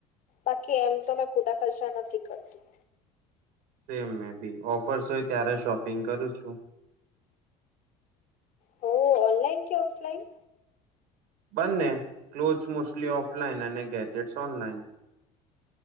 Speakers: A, on the left; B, on the right.
A: બાકી એમ તો મેં ખોટા ખર્ચા નથી કરતી
B: સેમ મે બી ઓફર્સ હોય ત્યારે શોપિંગ કરું છું
A: હો ઓનલાઈન કે ઓફલાઈન
B: બંને ક્લોથસ મોસ્ટલી ઓફલાઈન અને ગેજેટ્સ ઓનલાઈન